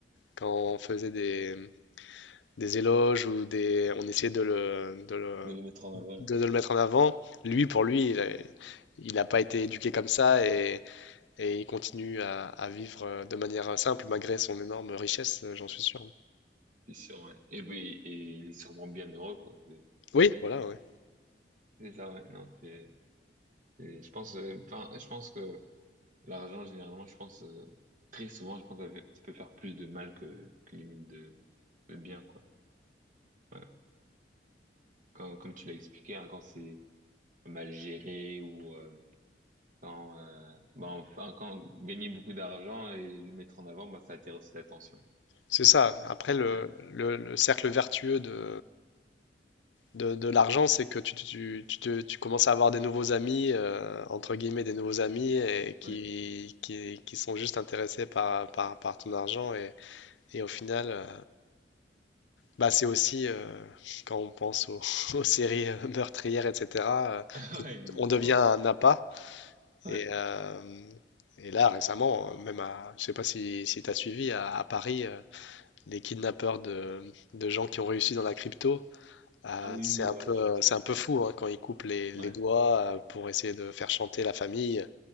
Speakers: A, on the left (about 85°); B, on the right (about 50°).
A: quand on faisait des, des éloges ou des, on essayait de le, de le,
B: De le mettre en avant.
A: de, de le mettre en avant. Lui, pour lui, il a, il n'a pas été éduqué comme ça et, et il continue à, à vivre euh, de manière euh, simple malgré son énorme richesse, euh, j'en suis
B: Ouais,
A: sûr.
B: c'est sûr, ouais. Et puis, et il est sûrement bien heureux, quoi. C'est
A: Oui, voilà, ouais.
B: c'est ça, ouais. Non, c'est, c'est- je pense, euh, enfin, je pense que l'argent, généralement, je pense, euh, très souvent, je pense que ça fait- ça peut faire plus de mal que, que limite de, de bien, quoi. Ouais. Quand- Comme, tu l'as expliqué, hein, quand c'est mal géré ou euh, quand, euh, bah, enfin, quand gagner beaucoup d'argent et le mettre en avant, bah, ça attire aussi l'attention.
A: C'est ça. Après, le,
B: Ouais,
A: le- le cercle vertueux de, de, de l'argent, c'est que tu, tu- tu te- tu commences à avoir des nouveaux amis, euh, entre guillemets, des nouveaux amis et qui,
B: ouais,
A: qui, qui sont juste intéressés par, par, par ton argent. Et, et au final, euh, bah, c'est aussi, euh, quand on pense aux, <laughs> aux séries euh, meurtrières, etc., euh,
B: <laughs>
A: tu-
B: ouais, exactement.
A: on devient un appât.
B: Ouais.
A: Et, euh, et là, récemment, euh, même à, je sais pas si, si tu as suivi, à, à Paris, euh, les kidnappeurs de, de gens qui ont réussi dans la crypto, euh,
B: Ah oui,
A: c'est
B: oui,
A: un
B: ouais,
A: peu,
B: j'ai entendu
A: c'est un peu
B: parler.
A: fou hein, quand ils coupent les, les
B: Ouais,
A: doigts euh, pour essayer de faire chanter la famille.